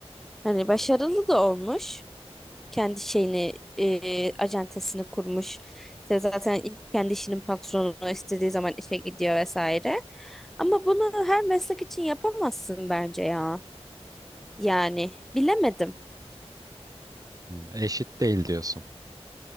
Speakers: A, in the centre; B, on the right (about 35°).
A: Hani başarılı da olmuş. kendi şeyini e, acentesini kurmuş. İşte zaten ilk kendi işinin patronu istediği zaman işe gidiyor vesaire. Ama bunu her meslek için yapamazsın bence ya. Yani bilemedim.
B: Hmm, Eşit değil diyorsun.